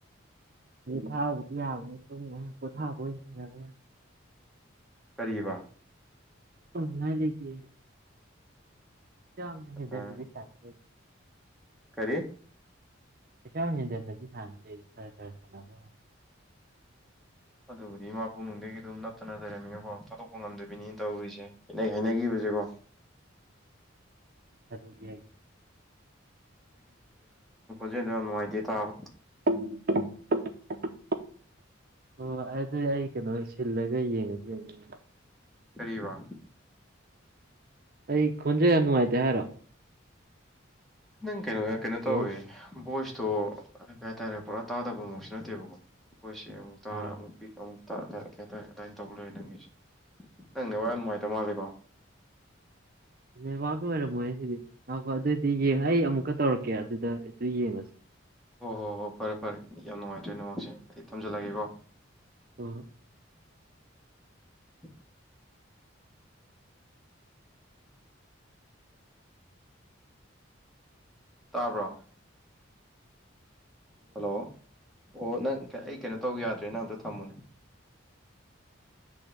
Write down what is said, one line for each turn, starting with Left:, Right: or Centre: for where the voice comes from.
Right: ꯊꯥꯕꯨꯗꯤ ꯌꯥꯕꯅꯦ ꯁꯨꯝ ꯉ ꯄꯣꯊꯥꯕ ꯑꯣꯏꯅꯔ
Centre: ꯇꯔꯤꯕ
Right: ꯉꯏ ꯂꯩꯇ ꯌꯥꯝ ꯍꯦꯟꯖꯟꯅꯗꯤ
Centre: ꯑꯥ
Right: ꯇꯜꯂꯤ
Centre: ꯀꯔꯤ
Right: ꯄꯩꯁꯥ ꯌꯥꯝ ꯍꯦꯟꯖꯟꯟꯅꯗꯤ ꯁꯥꯟꯅꯗꯦ ꯈꯔ ꯈꯔ ꯁꯥꯟꯅꯕ ꯋꯥꯅꯤ
Centre: ꯑꯗꯨꯕꯨꯗꯤ ꯏꯄꯛꯅꯨꯡꯗꯒꯤ ꯑꯗꯨꯝ ꯅꯞꯠꯇꯅ ꯂꯩꯔꯝꯃꯤꯅꯀꯣ ꯊꯥꯠꯇꯣꯛꯄ ꯉꯝꯗꯣꯏꯕꯤꯅꯤꯅ ꯇꯧꯔꯤꯁꯦꯩꯅ ꯍꯥꯏꯅꯈꯤꯕꯁꯦꯀꯣ
Right: ꯑꯗꯨꯅꯦ
Centre: ꯑꯗꯨ ꯌꯥꯝ ꯅꯨꯡꯉꯥꯏꯇꯦ ꯇꯥꯎ
Right: <unintelligible> ꯑꯣ ꯑꯗꯨꯗꯤ ꯑꯩ ꯀꯩꯅꯣ ꯁꯤꯜꯂꯒ ꯌꯦꯡꯉꯁꯤ ꯌꯦꯡꯅꯤꯡ
Centre: ꯀꯔꯤ ꯋꯥ
Right: ꯑꯩ ꯈꯣꯟꯖꯦꯜ ꯌꯥꯝ ꯅꯨꯡꯉꯥꯏꯇꯦ ꯍꯥꯏꯔꯣ
Centre: ꯅꯪ ꯀꯩꯅꯣ ꯀꯩꯅꯣ
Right: ꯍꯜꯂꯣ
Centre: ꯇꯧꯋꯦ ꯣ ꯑꯣ ꯀꯩ ꯍꯥꯏꯇꯥꯔꯦ ꯄꯨꯔꯥ ꯇꯥꯗꯕ ꯃꯛꯁꯨ ꯅꯠꯇꯦꯕꯀꯣ ꯄꯈꯣꯏꯁꯤ ꯑꯃꯨꯛ ꯇꯔ
Right: ꯑꯥ
Centre: ꯑꯃꯨꯛ ꯄꯤꯛ ꯑꯃꯨꯛ ꯀꯦ ꯇꯔꯦ ꯑꯗꯨꯃꯥꯏꯅ ꯇꯧ ꯂꯣꯏꯔꯦ ꯅꯪꯒꯤꯁꯦ ꯅꯪꯅꯦ ꯋꯥꯔꯤ ꯌꯥꯝ ꯅꯨꯡꯉꯥꯏꯇ ꯃꯥꯂꯦꯀꯣ
Right: ꯅꯦꯠꯋꯥꯛ ꯑꯣꯏꯔꯝꯃꯣꯏ ꯑꯩ ꯁꯤꯗꯤ ꯂꯥꯛ ꯑꯗꯨꯑꯣꯏꯗꯤ ꯌꯦꯡꯉ ꯑꯩ ꯑꯃꯨꯛꯀ ꯇꯧꯔꯛꯀꯦ ꯑꯗꯨꯗ ꯑꯗꯨ ꯌꯦꯡꯉꯁꯤ
Centre: ꯍꯣꯏ ꯍꯣꯏ ꯍꯣꯏ ꯐꯔꯦ ꯐꯔꯦ ꯌꯥꯝ ꯅꯨꯡꯉꯥꯏꯇ꯭ꯔꯦ ꯅꯣꯡꯃꯃꯛꯁꯦ ꯑꯩ ꯊꯝꯖꯜꯂꯒꯦꯀꯣ
Right: ꯎꯝ
Centre: <unintelligible> <inaudible> ꯇꯥꯕ꯭ꯔꯣ ꯍꯜꯂꯣ ꯑꯣ ꯅꯪ ꯑꯩ ꯀꯩꯅꯣ ꯇꯧ ꯌꯥꯗ꯭ꯔꯦꯅ ꯑꯝꯇ ꯊꯝꯃꯨꯅꯦ